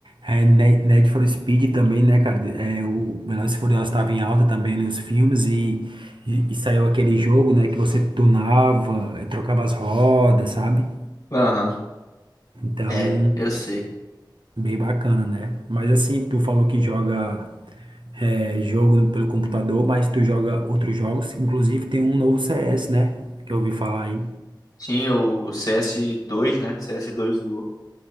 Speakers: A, on the right (about 85°); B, on the left (about 50°).
A: é Ne- Need for Speed também, né, cara? É, o Velozes e Furiosos estava em alta também ali, os filmes, e, e, e saiu aquele jogo, né, que você tunava, eh, trocava as rodas, sabe?
B: Aham.
A: Então.
B: É, eu sei.
A: Bem bacana, né? Mas assim, tu falou que joga é, jogo pelo computador, mas tu joga outros jogos. Inclusive tem um novo CS, né? Que eu ouvi falar aí.
B: Tinha o CS2, né? CS2 Go.